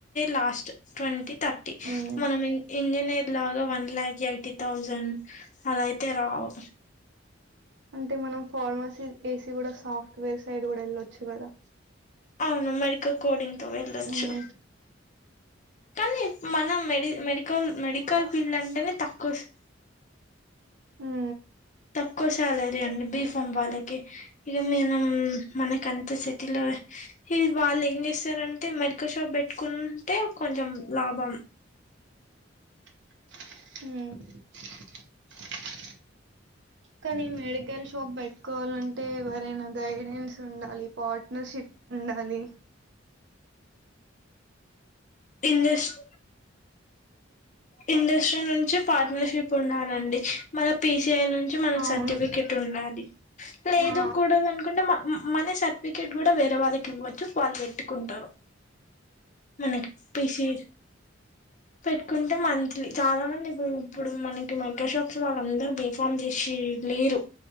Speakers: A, on the left; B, on the right.
A: last twenty thirty
B: హ్మ్.
A: మనం ఇండియానే లాగా వన్ ల్యాక్ ఎయిటీ థౌజండ్ అలా ఆయితే రావు
B: అంటే మనం ఫార్మసీ ఏసీ కూడా సాఫ్ట్వేర్ సైడ్ కూడా వెళ్ళొచ్చు కదా
A: అవును మేడికల్ కోడింగ్ తో వెళ్ళొచ్చు
B: హ్మ్.
A: కానీ మనం మేడి మెడికల్ మెడికల్ ఫీల్డ్ అంటేనే తక్కువ వ
B: హ్
A: తక్కువ శాలరీ అండి బీ ఫాం వాళ్ళకి ఇగా మేన మనకి అంత త్త సిటీలో ఈ వాళ్ళు ఏం చేస్తారంటే మరి మెడికల్ షాప్ పెట్టుకుంటే కొంచెం లాభం
B: హ్
A: <inaudible>
B: కానీ మెడికల్ షాప్ పెట్టుకోవాలంటే ఎవరైనా గైడెన్స్ ఉండాలి పార్ట్నర్షిప్ ఉండాలి
A: ఇండస్ట్ ఇండస్ట్రి నుంచి పార్ట్నర్షిప్ ఉన్నానండి మన పే ఐ నుంచి మనకు
B: అవును
A: సర్టిఫికెట్ ఉండాలి లేదుకూడద
B: ఆ
A: అనుకుంటే మన సర్టిఫికెట్ కూడా వేరే వాళ్ళకి ఇవ్వచ్చు వాళ్ళు పెట్టుకుంటారు మన పిషీ పెట్టుకుంటే మంత్లీ చాలా మంది ఇప్పుడు ఇప్పుడు మనకి మైక్రో షాప్స్ వాళ్ళందరుూ బిఫామ్ చేసి లేరు